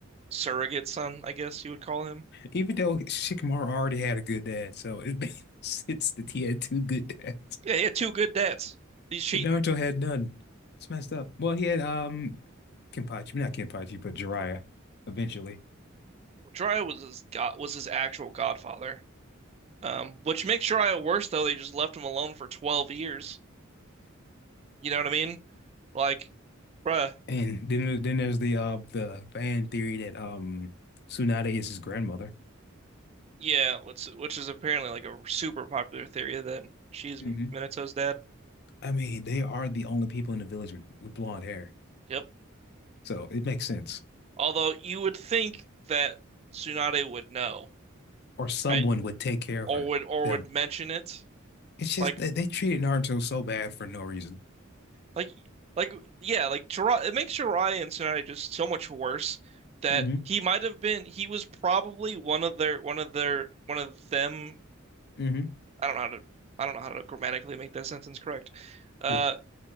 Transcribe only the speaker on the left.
Even though Shikamaru already had a good dad, so it <laughs> makes sense that he had two good dads.
And Naruto had none. It's messed up. Well, he had um Kenpachi, not Kenpachi, but Jiraiya eventually.
And then there- then there's the uh the fan theory that um Tsunade is his grandmother.
hmm
I mean, they are the only people in the village with, with blonde hair.
So it makes sense.
Or someone
would take care
of her.
Them.
It's just
they, they treated Naruto so bad for no reason.
hmm
hmm
Yeah.